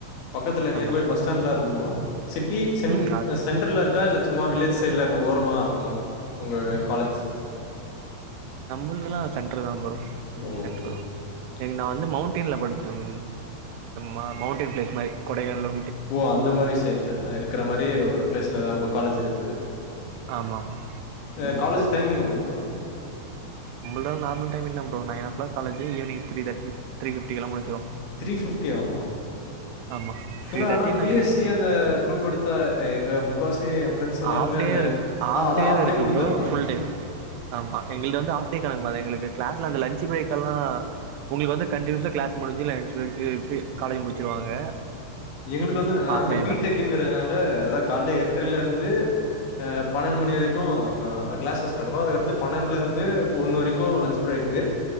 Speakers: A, on the left; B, on the right.
A: பக்கத்துல நியர்பை
B: அந்த மாரி
A: பஸ் ஸ்டாண்ட்லா இருக்குமா சிட்டி சென்
B: ம் அது
A: சென்டர்ல இருக்கா இல்ல சும்மா வில்லேஜ் சைட்ல அங்க ஓரமாக இருக்குமா உங்க காலேஜ்
B: நம்மள்துலாம் சென்டரு தா ப்ரோ
A: ஓஹோ
B: சென்டரு தா எங் நா
A: ம்.
B: வந்து மௌண்டின்ல படிச்ச அந்த மௌண்டைன் பிளேஸ் மாரி கொடைகானல்
A: ஓ அந்த மாரி சைட்ல இருக்கிற மாரி
B: ம்
A: ஒரு ப்ளேஸ்ல தா உங்க காலேஜ் இருந்துது
B: ஆமா ஆமா
A: அ காலேஜ் டைமிங் என்ன ப்ரோ
B: நம்ளுதா நார்மல் டைமிங்தா bro nine o'clock college evening three தேட்டி ஃபை த்ரீ ஃபிப்டிக்கலா முடிஞ்சிரு
A: த்ரீ ஃபிப்டி ஆவுமா
B: ஆமா த்ரீ
A: இதா
B: தேர்ட்டி
A: ஆனா
B: இல்ல
A: B
B: three
A: S
B: fifty
A: C அந்த குரூப் எடுத்தா எ எங்க முக்காவாசி என் ஃப்ரெண்ட்ஸ் எல்லாருமே
B: ஹாஃப் டே
A: அந்த
B: இருக்கு ஹாஃப்
A: ஆ அது
B: டேவு
A: ஆஃப்
B: இருக்கு
A: டே முடிஞ்சுரு
B: ப்ரோ ஃபுல் டே ஆமா எங்கள்து வந்து ஆஃப் டே கணக்கு மாரி தா எங்களுக்கு க்ளாஸ்லா அந்த லஞ்சு பிரேக்கல்லா உங்களுக்கு வந்து கண்டினியூஸா க்ளாஸ் முடிஞ்சு லஞ்ஜ் பிரேக் காலேஜ்ஜ முடிச்சிருவாங்க
A: எங்களுக்கு வந்து நா
B: ஹாஃப்
A: வந்து
B: டேனா
A: பீ டெக்கு ங்கறதுனால அதா கால்ல எட்ரலேருந்து அ பன்னெண்டு
B: ம்
A: மணி வரைக்கூ க்ளாஸஸ் நடக்கூ அதுக்கடுத்து பன்னண்டுல ருந்து ஒன்னு வரைக்கூ லன்ச் பிரேக்கு